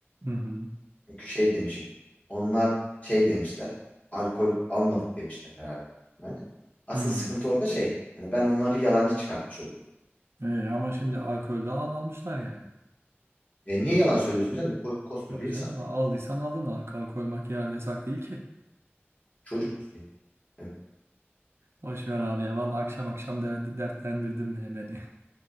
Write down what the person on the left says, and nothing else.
Çünkü şey demişim. Onlar şey demişler. Alkol almadık demişler herhalde. Yani asıl
sıkıntı orada şey. Hani ben onları yalancı çıkartmış oluyorum.
E niye yalan söylüyorsun canım? Ko- Koskoca
insan.
Çocuk musun ya? Evet.